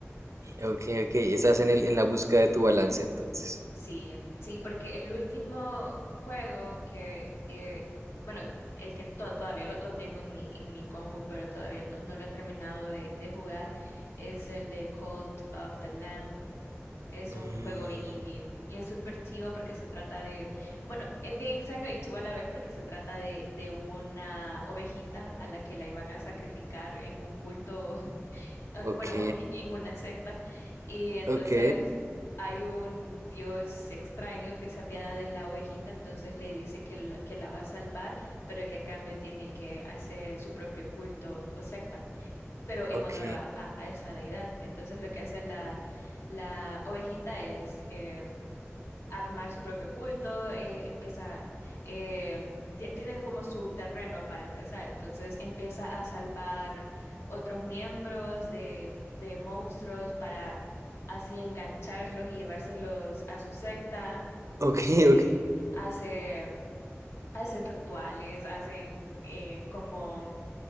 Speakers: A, on the right; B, on the left.
A: ok, ok. Estás en el, en la búsqueda de tu balance entonces.
B: Sí, sí, porque el último juego que, eh, bueno, el que to- todavía lo, lo tengo en mi, en mi compu, pero todavía no, no lo he terminado de, de jugar, es el de Cult of the Lamb. Es
A: Mm,
B: un juego bien indie y es súper chivo porque se trata de, bueno, es bien extraño y chivo a la vez porque se trata de, de una ovejita a la que la iban a sacrificar en un culto, <laughs> eh,
A: ok,
B: bueno, en, en una secta. Y entonces
A: ok,
B: hay un dios extraño que se apiada de la ovejita, entonces le dice que, la- que la va a salvar, pero que a cambio tiene que hacer su propio culto o secta pero en
A: ok,
B: honor a, a- a esa deidad. Entonces lo que hace la, la ovejita es eh, armar su propio culto, eh, empieza, eh, ti- tiene como su terreno para empezar, entonces empieza a salvar otros miembros de, de monstruos para así engancharlos y llevárselos a su secta.
A: ok,
B: Eh,
A: <laughs> ok.
B: hace, hacen rituales, hacen eh, como